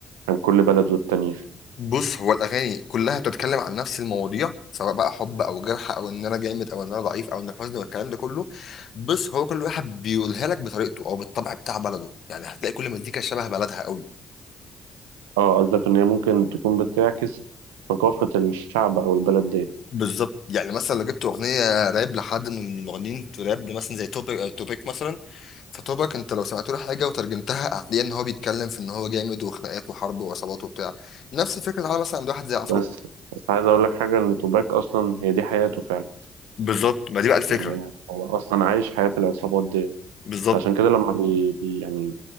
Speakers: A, on the right (about 80°); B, on the left (about 60°).
A: عن كل بلد والتانية؟
B: بص هو الاغاني كلها بتتكلم عن نفس المواضيع سواء بقى حب او جرح او ان انا جامد او ان انا ضعيف او ان الحزن والكلام ده كله بس هو كل واحد بيقولها لك بطريقته او بالطبع بتاع بلده يعني هتلاقي كل مزيكا شبه بلدها قوي
A: اه قصدك إن هي ممكن تكون بتعكس ثقافة الشعب أو البلد دي
B: بالظبط يعني مثلا لو جبت اغنيه راب لحد من المغنيين في راب مثلا زي توبيك آه، توبيك مثلا فتوبيك انت لو سمعت له حاجه وترجمتها هتلاقي ان هو بيتكلم في ان هو جامد وخناقات وحرب وعصابات وبتاع نفس الفكره على مثلا عند واحد زي عفروتو
A: بس بس عايز أقول لك حاجة إن توباك أصلا هي دي حياته فعلا
B: بالظبط ما دي بقى الفكره
A: يعني هو أصلا عايش حياة العصابات دي
B: بالظبط
A: عشان كده لما بي بي- يعني